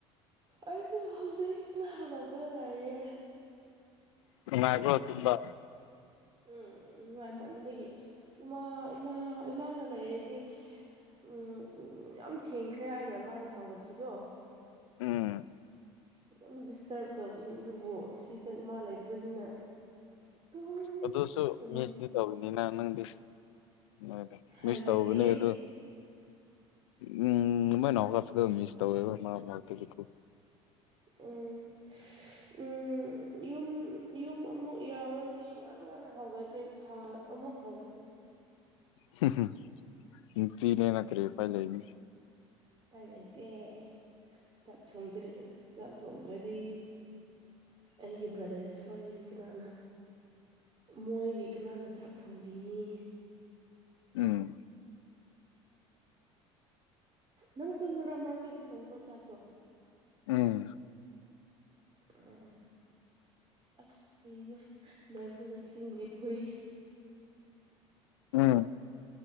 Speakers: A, on the right; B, on the left.
A: ꯑꯩꯁꯨ ꯍꯧꯖꯤꯛ ꯌꯥꯍꯧꯔꯛꯄꯗ ꯉꯥꯏꯔꯤꯌꯦ
B: ꯅꯨꯡꯉꯥꯏꯕꯔꯣ ꯇꯨꯝꯕꯥ
A: ꯎꯝꯝ ꯅꯨꯡꯉꯥꯏ ꯃꯟꯕꯒꯤ ꯏꯃꯥ ꯏꯃꯥ ꯏꯃꯥꯒ ꯂꯩꯔꯗꯤ ꯎꯝ ꯎꯝ ꯌꯥꯝ ꯊꯦꯡꯈ꯭ꯔꯦ ꯍꯥꯏꯅ ꯃꯥꯅ ꯍꯧꯒꯠꯄꯗꯣ
B: ꯎꯝꯝ
A: ꯌꯥꯝꯅꯥ ꯗꯤꯁꯇꯔꯕ ꯇꯧꯕꯅꯤ ꯑꯗꯨꯕꯨ ꯉꯁꯤꯗꯤ ꯏꯃꯥ ꯂꯩꯇꯕꯅꯤꯅ ꯑꯗꯨꯝ
B: ꯑꯗꯨꯁꯨ
A: ꯇꯨꯝ
B: ꯃꯤꯁ ꯇꯤ ꯇꯧꯔꯤꯅꯤꯅ ꯅꯪꯗꯤ ꯏꯃꯥꯗꯨ
A: ꯍꯥꯏꯕꯗꯤ
B: ꯃꯤꯁ ꯇꯧꯕꯅꯤ ꯑꯗꯨ <unintelligible>
A: ꯎꯝꯝ ꯎꯝ ꯌꯨꯝ ꯌꯨꯝ ꯑꯃꯨꯛ ꯌꯥꯎꯔꯗꯤ ꯉꯟꯅ ꯉꯟꯅ ꯍꯥꯎꯒꯠꯀꯦ ꯅꯍꯥꯟ ꯑꯃꯨꯛ ꯍꯧꯒꯠꯀꯦ
B: ꯍꯨꯝ ꯍꯨꯝ ꯅꯨꯄꯤ ꯅꯣꯏꯅ ꯀꯔꯤ ꯎꯄꯥꯏ ꯂꯩꯅꯤ
A: ꯎꯄꯥꯏ ꯂꯩꯇꯦꯌꯦ ꯆꯥꯛ ꯊꯣꯡꯗꯔꯥ ꯆꯥꯛ ꯊꯣꯡꯗ꯭ꯔꯗꯤ ꯑꯩꯒꯤ ꯕ꯭ꯔꯗꯔꯥ ꯈꫭꯏ ꯀꯅꯥꯅ ꯃꯣꯏꯒꯤ ꯀꯅꯥꯅ ꯆꯥꯛ ꯊꯣꯡꯕꯤꯅꯤ
B: ꯎꯝ
A: ꯅꯪ ꯁꯨ ꯃꯔꯛ ꯃꯔꯛꯇꯗꯤ ꯊꯣꯡꯕ꯭ꯔꯣ ꯆꯥꯛꯇꯣ
B: ꯎꯝ
A: ꯎꯝ ꯑꯁ ꯀꯩꯅꯣ ꯅꯚꯔꯁꯤꯡꯒꯤꯁꯤꯡ ꯍꯣꯏ
B: ꯎꯝ